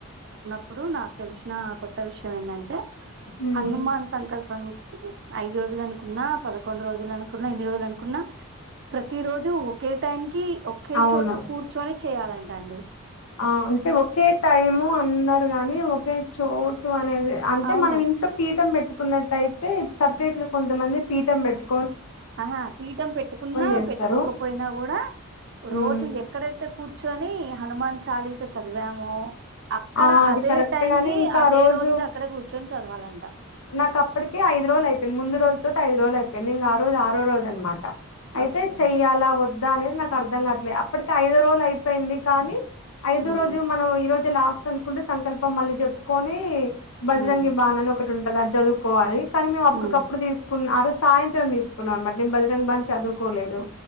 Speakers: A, on the right (about 50°); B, on the left (about 75°).
A: ఇప్పుడు నాకు తెలిసిన కొత్త విషయం ఏంటంటే
B: మ్
A: హనుమాన్ సంకల్ప కి ఐదు రోజులు అనుకున్నా పదకొండు రోజులు అనుకున్నా ఎన్ని రోజులు అనుకున్నా ప్రతి రోజు ఒకే టైం కి ఒకే
B: అవును
A: చోట కూర్చొని చేయాలంటండి
B: ఆ అంటే ఒకే టైము అందరు గాని ఒకే చోటు అనేది అంటే
A: అవును
B: మనం ఇంట్లో పీఠం పెట్టుకున్నట్టయితే సపరేట్ గా కొంతమంది పీఠం పెట్టు
A: ఆహా పీఠం పెట్టుకున్నా
B: చేస్తారు
A: పెట్టుకోకపోయినా కూడా రోజు
B: మ్
A: ఎక్కడైతే కూర్చొని హనుమాన్ చాలీస చదివామో అక్కడ
B: ఆ అది
A: అదే
B: కరెక్ట్
A: టైం
B: గాని
A: కి
B: ఇంకా
A: అదే
B: ఆ రోజు
A: రోజుకి అక్కడ కూర్చొని చదవాలంట
B: నాకు అప్పటికే ఐదు రోజులు అయింది ముందు రోజు తోటి ఐదు రోజులు అయింది ఇంకా ఆ రోజు ఆరో రోజు అనమాట అయితే
A: ఓకే
B: చెయ్యాలా వద్దా అనేది నాకు అర్ధం కాట్లేదు అప్పటికి ఐదు రోజులు అయిపోయింది కానీ ఐదో
A: ఉమ్
B: రోజు మనం ఈ రోజు లాస్ట్ అనుకుంటే సంకల్పం మళ్ళీ చెప్పుకొని బజరంగి
A: ఉమ్
B: బాణ్ అని ఒకటి ఉంటంది అది చదువుకోవాలి కానీ మేము అప్పటికప్పుడు
A: ఉమ్
B: తీసుకున్న ఆరోజు సాయంత్రం తీసుకున్నాం అనమాట నేను బజరంగ్ బాన్ చదువుకోలేదు